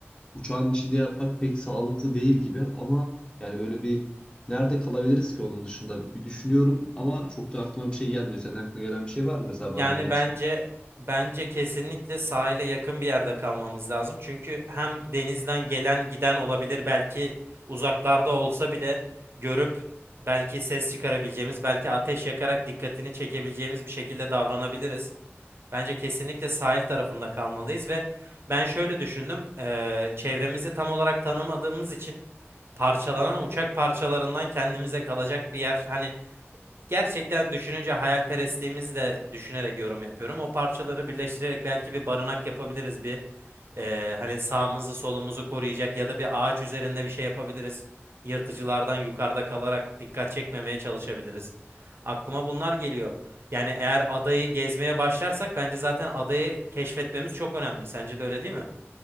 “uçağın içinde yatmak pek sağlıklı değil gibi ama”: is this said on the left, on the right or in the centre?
Left